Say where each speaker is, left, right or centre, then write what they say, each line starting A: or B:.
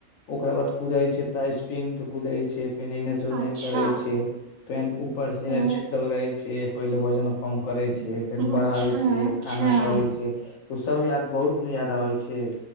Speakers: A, on the left; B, on the right.
A: ओकरा बाद कुदाै छै तऽ स्प्रिंग पे कुदै छै। ने जो नहि
B: अच्छा
A: करै छी। पेनऊपर छै
B: ओ
A: दौड़ै छै पहिल वजन कम करै छै फेर बढ़ै
B: अच्छा
A: छै
B: अच्छा
A: खाना खै छै ओ सब याद बहुत मे याद आबै छै